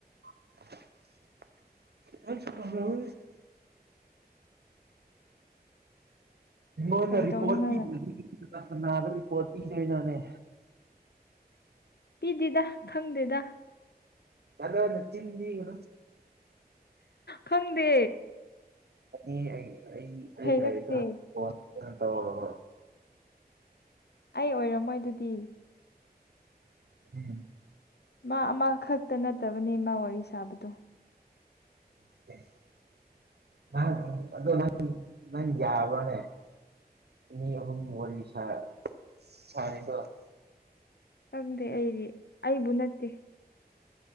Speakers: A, on the right; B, on the left.
A: <unintelligible> ꯑꯩꯉꯣꯟꯗ
B: ꯀꯔꯤ
A: ꯔꯤꯄꯣꯔꯠ
B: ꯇꯧꯅꯤ ꯃꯥꯅ
A: ꯄꯤꯗꯔꯗꯤ ꯀꯅꯥ ꯀꯅꯥꯗ ꯔꯤꯄꯣꯔꯠ ꯄꯤꯗꯣꯏꯅꯣꯅꯦ
B: ꯄꯤꯗꯦꯗ ꯈꯪꯗꯦꯗ
A: ꯀꯗꯔꯗꯣ ꯆꯤꯟ ꯊꯤꯒꯅꯣ
B: ꯈꯪꯗꯦ
A: ꯑꯩ ꯑꯩ ꯑꯩ
B: ꯍꯩꯔꯛꯇꯦ
A: ꯂꯩꯔꯤ ꯀꯥꯟ <unintelligible>
B: ꯑꯩ ꯑꯣꯏꯔꯝꯃꯣꯏ ꯑꯗꯨꯗꯤ
A: <unintelligible>
B: ꯃꯥ ꯑꯃꯈꯛꯇ ꯅꯠꯇꯕꯅꯦ ꯃꯥ ꯋꯥꯔꯤ ꯁꯥꯕꯗꯣ
A: <unintelligible> ꯑꯗꯣ ꯅꯪ ꯌꯥꯕꯔꯣꯅꯦ ꯃꯤ ꯑꯍꯨꯝ ꯋꯥꯔꯤ ꯁꯥ ꯁꯥꯅꯅꯤꯡꯕꯔꯣ
B: ꯈꯪꯗꯦ ꯑꯩꯗꯤ ꯑꯩꯕꯨ ꯅꯠꯇꯦ